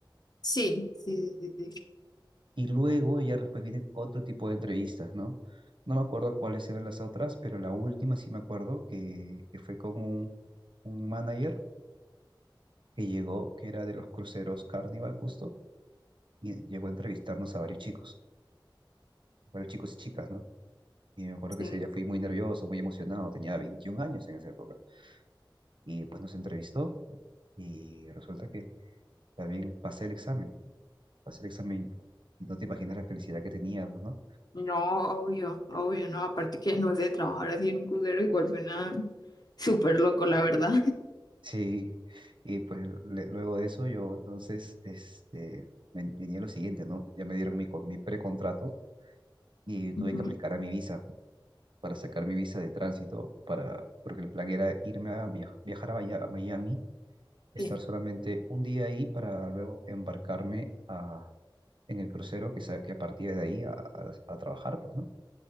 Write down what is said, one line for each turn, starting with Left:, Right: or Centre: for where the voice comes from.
Left: Sí, sí, sí, sí, sí.
Right: Y luego ya después vienen otro tipo de entrevistas, ¿no? No me acuerdo cuáles eran las otras, pero la última sí me acuerdo que, que fue con un, un manager que llegó, que era de los cruceros Carnival justo, y llegó a entrevistarnos a varios chicos, varios chicos y chicas, ¿no? Y me acuerdo
Left: sí.
Right: que ese día fui muy nervioso, muy emocionado, tenía 21 años en esa época. Y pues nos entrevistó y resulta que también pasé el examen, pasé el examen y no te imaginas la felicidad que tenía, pues, ¿no?
Left: No, obvio, obvio, no. Aparte que no sé, trabajar así en un crucero igual suena súper loco, la verdad.
Right: Sí, y pues le- luego de eso yo entonces este, ven- venía lo siguiente, ¿no? Ya me dieron mi, con- mi precontrato y tuve
Left: Ujú,
Right: que aplicar a mi visa para sacar mi visa de tránsito, para, porque el plan era irme a viaj- viajar a, Maya- a Miami, estar
Left: <laughs> Sí.
Right: solamente un día ahí para luego embarcarme a, en el crucero que, sa- que partía de ahí a, a- a trabajar, pues, ¿no?